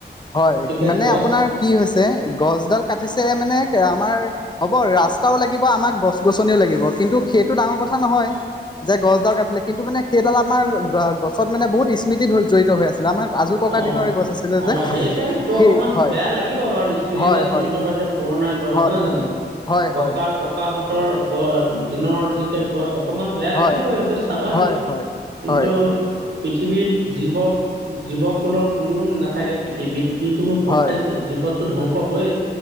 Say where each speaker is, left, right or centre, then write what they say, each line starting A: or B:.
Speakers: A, on the left; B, on the right.
A: হয়
B: গতিকে
A: মানে
B: গছ
A: আপোনাৰ কি হৈছে গছডাল কাটিছে মানে আমাৰ। হ'ব ৰাস্তাও লাগিব আমাক গছ গছনিও লাগিব কিন্তু সেইটো ডাঙৰ কথা নহয় যে গছডাল কাটিলে কিন্তু মানে সেইডাল আমাৰ গছত মানে বহুত স্মৃতি জড়িত হৈ আছিলে আমাৰ আজো ককা
B: অঁ
A: দিনৰে গছ আছিলে
B: অঁ
A: যে
B: সেইটোৱে এইটো
A: সেই
B: অকমান
A: হয়
B: বেয়া লাগিব বাৰু স্মৃতি
A: হয়
B: তাত
A: হয়
B: জড়িত হৈ হৈছে পুৰণা গছ
A: হয়
B: নহয় জানো।
A: হয়
B: ককাৰ
A: হয়
B: ককাহঁতৰ গছ দিনৰ যেতিয়া গছ অকমান বেয়া
A: হয়
B: লাগিব সেইটো স্বাভাৱিক
A: হয় হয়
B: কিন্তু
A: হয়
B: পৃথিৱীত জীৱ জীৱকুলৰ কোনেও নাথাকে পৃথিৱীত। যিকোনো কোনো পকাইয়ে
A: হয়
B: জীৱনো ধ্বংস হয়